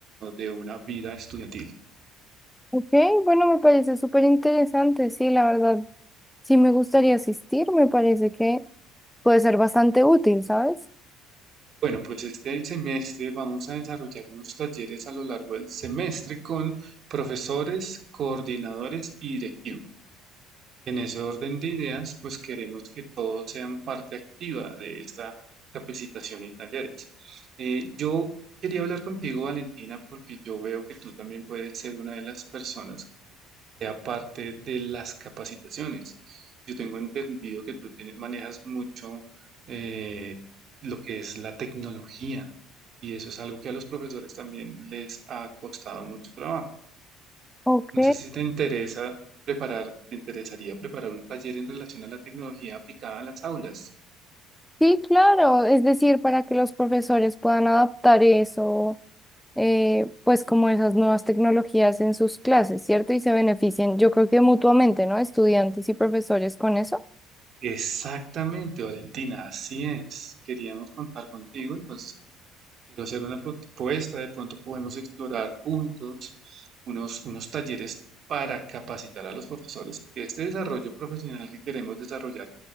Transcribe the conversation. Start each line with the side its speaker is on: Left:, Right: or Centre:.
Right: de una vida estudiantil.
Centre: Ok, bueno, me parece súper interesante. Sí, la verdad, sí me gustaría asistir. Me parece que puede ser bastante útil, ¿sabes?
Right: Bueno, pues este semestre vamos a desarrollar unos talleres a lo largo del semestre con profesores, coordinadores y directivos. En ese orden de ideas, pues queremos que todos sean parte activa de esta capacitación y talleres. Eh, yo quería hablar contigo, Valentina, porque yo veo que tú también puedes ser una de las personas que sea parte de las capacitaciones. Yo tengo entendido que tú tienes- manejas mucho eh, lo que es la tecnología y eso es algo que a los profesores también les ha costado mucho trabajo.
Centre: Ok,
Right: No sé si te interesa preparar, te interesaría preparar un taller en relación a la tecnología aplicada a las aulas.
Centre: sí, claro, es decir, para que los profesores puedan adaptar eso eh, pues como esas nuevas tecnologías en sus clases, ¿cierto? Y se beneficien, yo creo que mutuamente, ¿no? Estudiantes y profesores con eso.
Right: Exactamente, Valentina, así es. Queríamos contar contigo, entonces pues, quiero hacer una propuesta. De pronto podemos explorar juntos unos, unos talleres para capacitar a los profesores y que este desarrollo profesional que queremos desarrollar